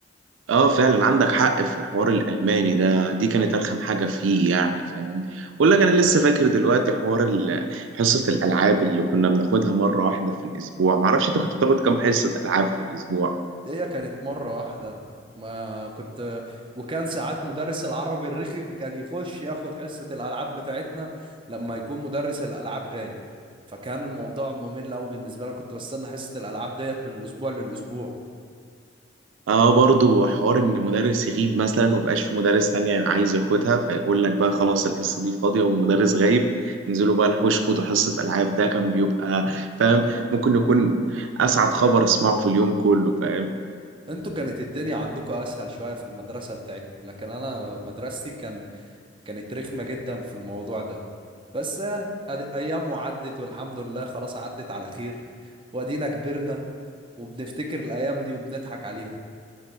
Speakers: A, on the right (about 90°); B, on the right (about 25°).
A: اه فعلا عندك حق في حوار الالماني ده دي كانت ارخم حاجه فيه يعني فاهم اقول لك انا لسه فاكر دلوقتي حوار ال- حصه الالعاب اللي كنا بناخدها مره واحده في الاسبوع ما اعرفش انت كنت بتاخد كام حصه العاب في الاسبوع
B: هي كانت مره واحده ما كنت وكان ساعات مدرس العربي الرخم كان يخش ياخد حصه الالعاب بتاعتنا لما يكون مدرس الالعاب غايب فكان الموضوع ممل قوي بالنسبه لي كنت بستنى حصه الالعاب ديت من الاسبوع للاسبوع
A: اه برضو حوار ان مدرس يغيب مثلا ومبقاش في مدرس تانية عايز ياخدها فيقول لك بقى خلاص الحصة دي فاضية والمدرس غايب انزلوا بقى الحوش خدوا حصة ألعاب ده كان بيبقى فاهم ممكن يكون أسعد خبر أسمعه في اليوم كله فاهم
B: انتوا كانت الدنيا عندكم اسهل شويه في المدرسه بتاعتكم لكن انا مدرستي كان كانت رخمه جدا في الموضوع ده بس يعني أدي- ايام وعدت والحمد لله خلاص عدت على خير وادينا كبرنا وبنفتكر الايام دي وبنضحك عليها